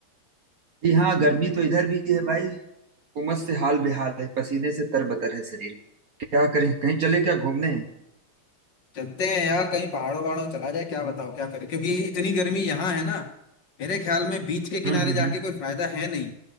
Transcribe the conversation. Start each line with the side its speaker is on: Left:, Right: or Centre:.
Right: जी हाँ गर्मी तो इधर भी है भाई उमस से हाल बेहाल है पसीने से तरबतर है शरीर क्या करें कहीं चले क्या घूमने
Left: चलते हैं यार कहीं पहाड़ों वहाड़ों चला जाए क्या बताओ क्या करें क्योंकि इतनी गर्मी यहाँ है ना मेरे ख्याल में बीच के
Right: हम्म
Left: किनारे
Right: हम्म
Left: जाके
Right: हम्म।
Left: कोई फायदा है नहीं